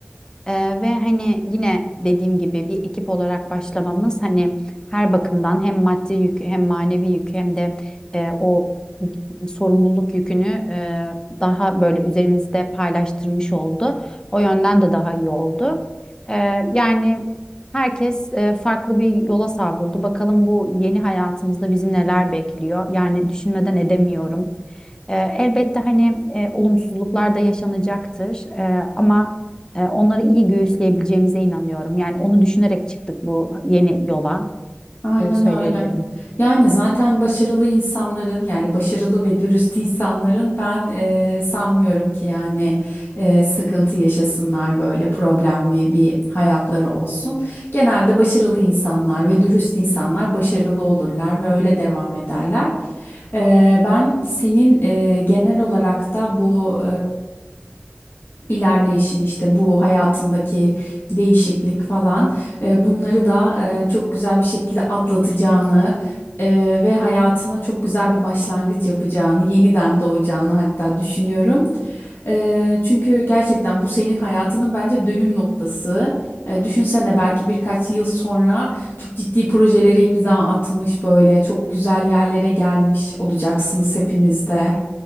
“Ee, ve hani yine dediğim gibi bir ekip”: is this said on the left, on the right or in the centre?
Left